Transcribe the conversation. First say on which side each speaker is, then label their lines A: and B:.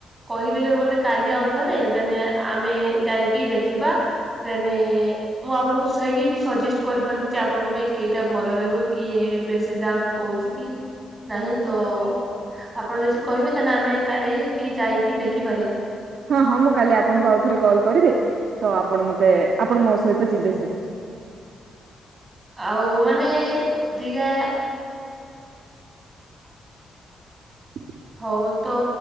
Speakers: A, on the right; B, on the right.
A: କହିଦେବେ ମତେ କାଲି ଆଉଥରେ ଦେନ ଆମେ ଯାଇକି ଦେଖିବା ଦାନେ ମୁଁ ଆପଣଙ୍କୁ ସେଇଟ୍ ହେଇକି ସଜେଷ୍ଟ କରିପାରିବି ଯେ ଆପଣଙ୍କ ପାଇଁ କେଇଟା ଭଲ ରହିବ, କିଏ ବେଶୀ ଦାମ କହୁ <unintelligible> ନାହିଁ ତ ଆପଣ ଯଦି କହିବେ ତାହେଲେ ଆମେ କାରିକି ଯାଇକି ଦେଖିପାରିବା?
B: ହଁ ହଁ ମୁଁ କାଲି ଆପଣଙ୍କୁ ଆଉ ଥରେ କଲ୍ କରିବି ତ ଆପଣ ମତେ ଆପଣ ମୋ ସହିତ ଯିବେ ସେଟା।
A: ଆଉ ମାନେ ଦିଗା
B: ହ
A: ହଉ ତ